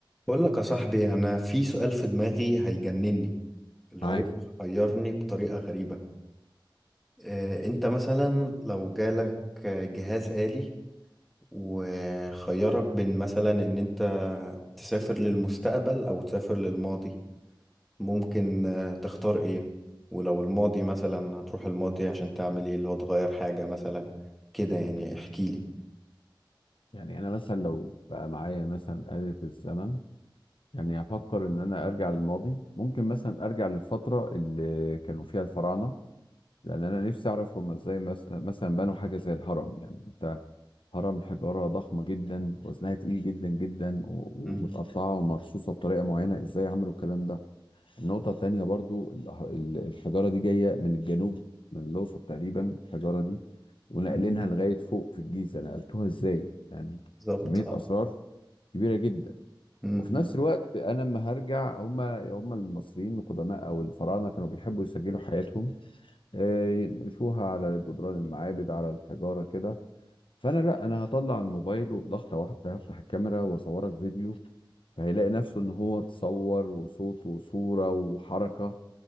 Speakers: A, in the centre; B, on the left.
A: بقول لك يا صاحبي انا في سؤال في دماغي هيجنني اللي
B: معاك
A: هو محيرني بطريقة غريبة آه، انت مثلا لو جالك آه، جهاز آلي وخيرك بين مثلا ان انت تسافر للمستقبل او تسافر للماضي ممكن آه، تختار ايه ولو الماضي مثلا هتروح الماضي عشان تعمل ايه اللي هو تغير حاجة مثلا كده يعني احكي لي
B: يعني انا مثلا لو بقى معايا مثلا آلة الزمن يعني هفكر ان انا ارجع للماضي ممكن مثلا ارجع للفترة اللي كانوا فيها الفراعنة لان انا نفسي اعرف هم ازاي مس- مثلا بنوا حاجة زي الهرم يعني انت هرم حجارة ضخمة جدا وزنها تقيل جدا جدا و-
A: مم.
B: ومتقطعة ومرصوصة بطريقة معينة ازاي عملوا الكلام ده النقطة التانية برضو الأه- ال- الحجارة دي جاية من الجنوب من الأقصر تقريبا الحجارة دي ونقلينها
A: مم.
B: لغاية فوق في الجيزة نقلتوها إزاي يعني
A: بالظبط
B: كمية
A: اه
B: أسرار كبيرة جدا
A: مم.
B: وفي نفس الوقت أنا لما هرجع هما هما المصريين القدماء أو الفراعنة كانوا بيحبوا يسجلوا حياتهم آه، ينقشوها على جدران المعابد على الحجارة كده فانا لا انا هطلع الموبايل وبضغطه واحده هفتح الكاميرا واصورك فيديو فهيلاقي نفسه ان هو اتصور وصوت وصوره وحركه